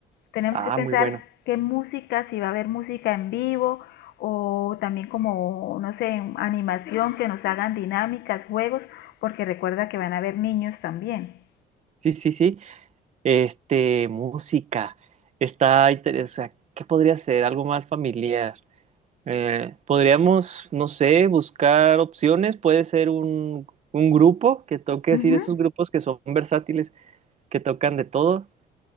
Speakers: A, on the left; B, on the right.
A: Tenemos
B: Ah,
A: que pensar
B: muy bueno.
A: qué música, si va a haber música en vivo o también como, no sé, animación que nos hagan dinámicas, juegos, porque recuerda que van a haber niños también.
B: Sí, sí, sí. Este, música. Está interesante. ¿Qué podría ser? Algo más familiar. Eh, podríamos, no sé, buscar opciones. Puede ser un, un grupo que toque así
A: Uh -huh.
B: de esos grupos que son versátiles, que tocan de todo.